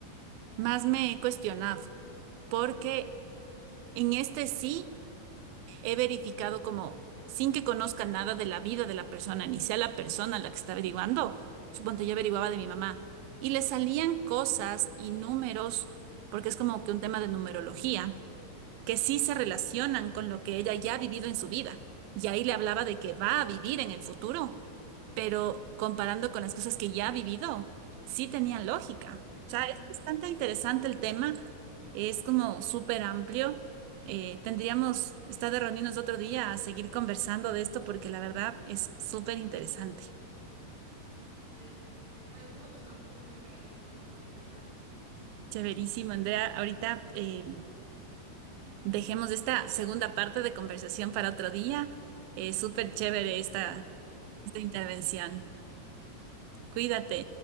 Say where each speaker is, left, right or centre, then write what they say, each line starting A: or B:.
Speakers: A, on the right; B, on the right.
A: más me he cuestionado, porque en este sí he verificado como sin que conozca nada de la vida de la persona, ni sea la persona la que está averiguando. Suponte yo averiguaba de mi mamá y le salían cosas y números, porque es como que un tema de numerología que sí se relacionan con lo que ella ya ha vivido en su vida. Y ahí le hablaba de que va a vivir en el futuro, pero comparando con las cosas que ya ha vivido, sí tenían lógica. O
B: Ujú.
A: sea, es bastante interesante el tema, es como súper amplio. Eh, tendríamos, está de reunirnos otro día a seguir conversando de esto porque la verdad es súper interesante.
B: Es, eh, hay mucho, <laughs> ajá, hay mucho por conversar.
A: Chéverísimo, Andrea. Ahorita eh, Dejemos esta segunda parte de conversación para otro día. Eh, súper chévere esta,
B: Ujú.
A: esta intervención. Cuídate.